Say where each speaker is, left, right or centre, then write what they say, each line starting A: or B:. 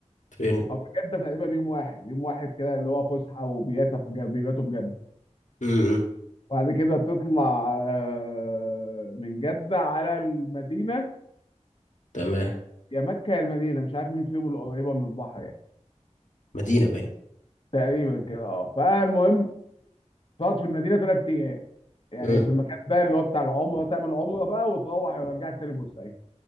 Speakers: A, on the left; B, on the left.
A: فين
B: او في جده تقريبا يوم واحد يوم واحد كده اللي هو فسحه وبياتا في جده بيباتوا في جده
A: امم
B: وبعد كده تطلع آه، من جده على المدينه
A: تمام
B: يا مكه يا المدينه مش عارف مين فيهم اللي قريبه من البحر يعني.
A: مدينة باين
B: تقريبا كده اه فالمهم تقعد في المدينه ثلاث ايام يعني
A: امم
B: في المكان ده اللي هو بتاع العمره تعمل عمره بقى وتروح يرجعك تاني بورسعيد